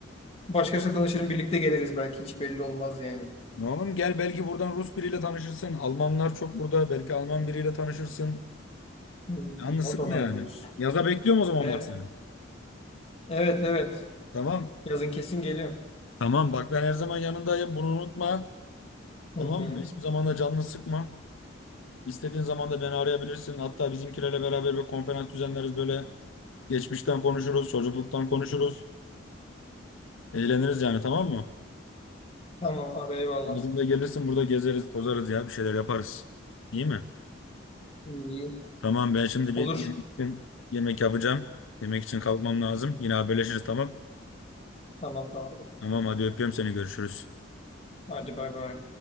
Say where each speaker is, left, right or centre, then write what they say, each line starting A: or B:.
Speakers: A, on the left; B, on the left.
A: başkasıyla tanışırım birlikte geliriz belki hiç belli olmaz yani.
B: Oğlum gel belki buradan Rus biriyle tanışırsın. Almanlar çok burada. Belki Alman biriyle tanışırsın.
A: Hmm,
B: Canını sıkma
A: o da olabilir.
B: yani. Yaza bekliyorum o zaman
A: E,
B: bak seni.
A: evet evet
B: Tamam.
A: yazın kesin geliyorum.
B: Tamam bak ben her zaman yanındayım. Bunu unutma.
A: Hı
B: Tamam
A: hı.
B: mı? Hiçbir zaman da canını sıkma. İstediğin zaman da beni arayabilirsin. Hatta bizimkilerle beraber bir konferans düzenleriz böyle. Geçmişten konuşuruz, çocukluktan konuşuruz. Eğleniriz yani tamam mı?
A: Tamam abi eyvallah.
B: Bizim de gelirsin burada gezeriz, tozarız ya bir şeyler yaparız. İyi mi?
A: İyi iyi.
B: Tamam ben şimdi bir
A: Olur.
B: yemek için yemek yapacağım. Yemek için kalkmam lazım. Yine haberleşiriz tamam.
A: Tamam tamam.
B: Tamam hadi öpüyorum seni görüşürüz.
A: Hadi bay bay.